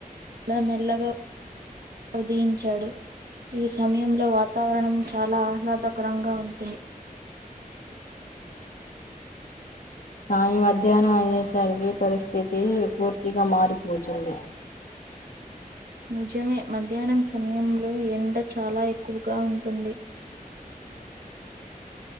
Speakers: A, on the right; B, on the left.
A: డా మెల్లగా ఉదయించాడు, ఈ సమయంలో వాతావరణం చాలా ఆహ్లాదకరంగా ఉంటుంది.
B: కానీ మధ్యా. నా అయ్యేసరికి పరిస్థితి పూర్తిగా మారిపోతుంది.
A: నిజమే మధ్యాహ్నాం సమయంలో ఎండా చాలా ఎక్కువగా ఉంటుంది.